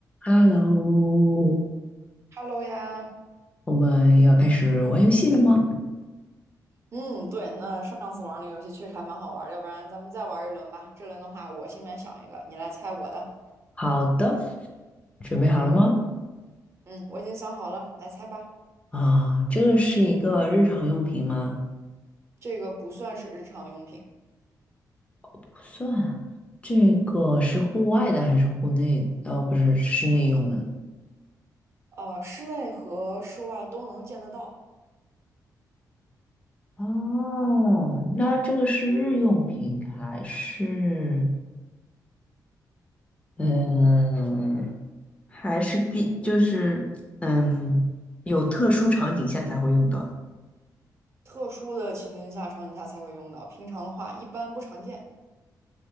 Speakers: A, on the left; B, on the right.
A: Hello，
B: Hello 呀，
A: 我们要开始玩游戏了吗？
B: 嗯，对，那上次玩那个游戏确实还蛮好玩儿，要不然咱们再玩一轮吧。这轮的话，我心里面想一个，你来猜我的。
A: 好的，准备好了吗？
B: 嗯，我已经想好了，来猜吧。
A: 啊，这个是一个日常用品吗？
B: 这个不算是日常用品，
A: 不算，这个是户外的还是户内？哦，不是，室内用的。
B: 呃，室内和室外都能见得到，
A: 哦，那这个是日用品还是嗯，还是必就是嗯，有特殊场景下才会用到的。
B: 特殊的情境下、场景下才会用到，平常的话一般不常见。